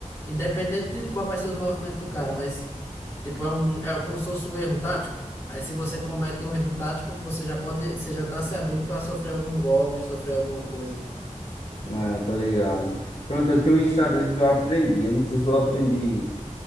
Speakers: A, on the left (about 20°); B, on the left (about 55°).
A: Independente de qual vai ser os movimentos do cara, mas, tipo, é um, é como se fosse um erro tático. Aí, se você comete um erro tático, você já pode, você já tá se abrindo para sofrer algum golpe, sofrer alguma coisa.
B: É, tô ligado. Pronto, eu tenho uma estratégia que eu aprendi. Eu não sei se eu aprendi.